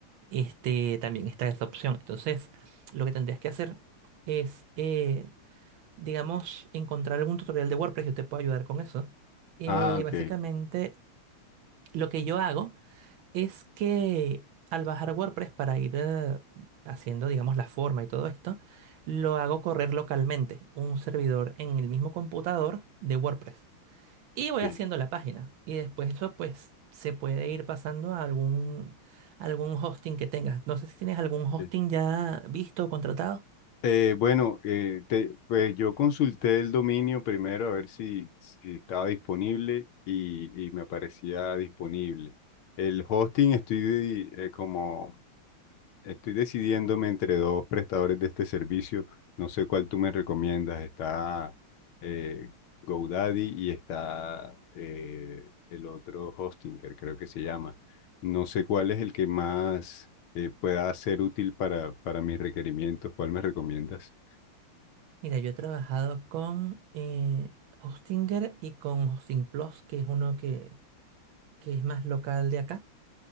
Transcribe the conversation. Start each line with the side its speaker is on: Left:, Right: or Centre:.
Right: este, también está esa opción. Entonces, lo que tendrías que hacer es, eh, digamos, encontrar algún tutorial de WordPress, yo te puedo ayudar con eso. Eh,
Left: Ah, ok.
Right: básicamente lo que yo hago es que al bajar WordPress para ir eh, haciendo, digamos, la forma y todo esto, lo hago correr localmente, un servidor en el mismo computador de WordPress. Y
Left: ok,
Right: voy haciendo la página. Y después eso, pues, se puede ir pasando a algún, algún hosting que tengas. No sé si tienes algún hosting
Left: ok.
Right: ya visto o contratado.
Left: Eh, bueno, eh, te- pues yo consulté el dominio primero a ver si, si estaba disponible y, y me aparecía disponible. El hosting estoy eh, como estoy decidiéndome entre dos prestadores de este servicio. No sé cuál tú me recomiendas. Está eh, GoDaddy y está eh, el otro Hostinger, creo que se llama. No sé cuál es el que más eh, pueda ser útil para, para mis requerimientos. ¿Cuál me recomiendas?
Right: Mira, yo he trabajado con eh, Hostinger y con Hosting Plus, que es uno que, que es más local de acá.